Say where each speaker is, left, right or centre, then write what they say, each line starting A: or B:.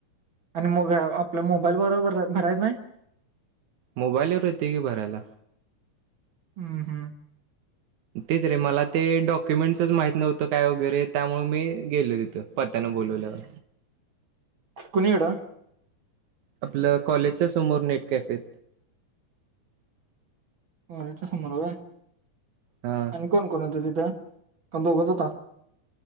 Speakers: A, on the right; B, on the right.
A: आणि मग आपल्या मोबाईल बरोबर भरायच नाही.
B: मोबाईल वर येतय की भरायला.
A: हम्म हम्म
B: तेच रे मला ते डॉक्युमेंटसच माहित नव्हतं. काय वगैरे त्यामुळे मी गेलो तिथं पत्यांना बोलवल्यावर
A: कुणीकडं
B: आपलं कॉलेजच्या समोर नेट कॅफेत
A: अच्या समर आहे.
B: हां
A: आणि कोण कोण होता तिथं का दोगच होता.